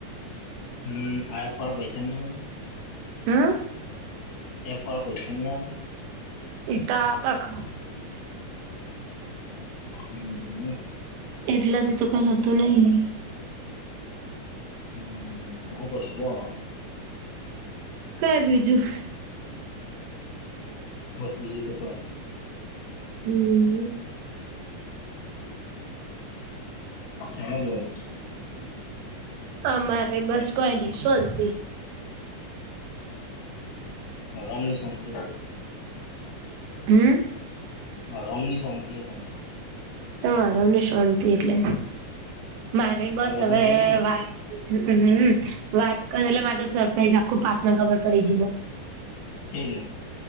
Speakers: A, on the left; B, on the right.
A: હમ્મ આ <unintelligible> પૈસા ન આવે
B: હમ્મ.
A: <unintelligible> પૈસા ની આવે?
B: ઈ તો આવક
A: હમ્મ.
B: એટલાથી તો કઈ હતું નહી.
A: હમ્મ હુ કરશે હો?
B: કઈ બીજું?
A: બસ બીજું તો કોઈ ની
B: હમ
A: અત્યારે હુ કરો?
B: અમારે બસ કોઈ નઈ શાંતિ.
A: હરામની શાંતિ.
B: હમ્મ
A: હરામ ની શાંતિ હે તમારે
B: કેમ હરામ ની શાંતિ એટલે મારે
A: તમારે
B: બસ
A: લગ્ન
B: હવે
A: થઇ જાય ને એટલે
B: વાત હમ્મ વાત કર એટલે મા તો <unintelligible> પાર્થ ખબર પડી
A: છે જ ને